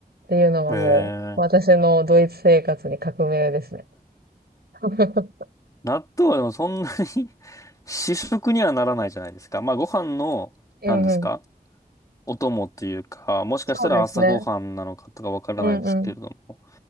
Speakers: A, on the right; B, on the left.
A: ていうのはもう私のドイツ生活に革命ですね。
B: い。へえ。
A: <laughs>
B: 納豆はでもそんなに <laughs> 主食にはならないじゃないですか。まあご飯の、
A: うんうん。
B: 何ですかお供っていうか、もしかしたら朝ご飯なのかとかわからないですけれども。
A: そうですね。うんうん。